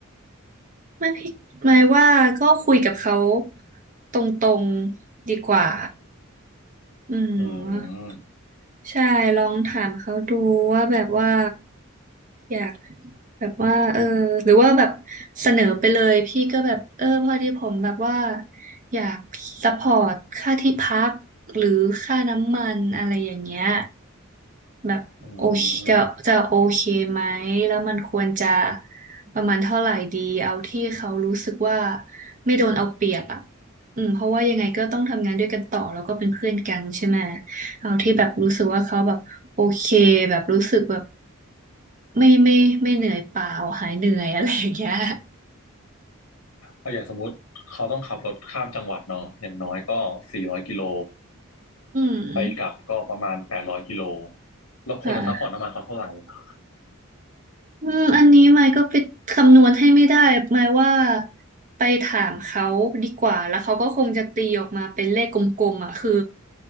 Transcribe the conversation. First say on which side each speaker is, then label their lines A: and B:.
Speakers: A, on the right (about 35°); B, on the left (about 80°).
A: ไม่พี่หมายว่าก็คุยกับเขาตรงๆดีกว่าอืม
B: <laughs> อืม
A: ใช่ลองถามเขาดูว่าแบบว่าอยาก แบบว่าเออหรือว่าแบบเสนอไปเลยพี่ก็แบบเออพอดีผมแบบว่าอยากซัพพอร์ตค่าที่พักหรือค่าน้ำมันอะไรอย่างเงี้ยแบบโอเคจะจะโอเคไหมแล้วมันควรจะ
B: อืม
A: ประมาณเท่าไหร่ดีเอาที่เขารู้สึกว่าไม่โดนเอาเปรียบอ่ะอืมเพราะว่ายังไงก็ต้องทำงานด้วยกันต่อแล้วก็เป็นเพื่อนกันใช่ไหมเอาที่แบบรู้สึกว่าเขาแบบโอเคแบบรู้สึกแบบ ไม่ไม่ไม่เหนื่อยเปล่าหายเหนื่อยอะไรอย่างเงี้ย
B: ก็อย่างสมมติเขาต้องขับรถข้ามจังหวัดเนาะอย่างน้อยก็สี่ร้อยกิโล
A: อืม
B: ไปกลับก็ประมาณแปดร้อยกิโลเราควรจะซัพพอร์ตน้ำมันเขาเท่าไหร่
A: ค่ะ
B: <laughs>
A: อืมอันนี้ไมค์ก็ไปคำนวณให้ไม่ได้ไมค์ว่าไปถามเขาดีกว่าแล้วเขาก็คงจะตีออกมาเป็นเลขกลมๆอ่ะคือ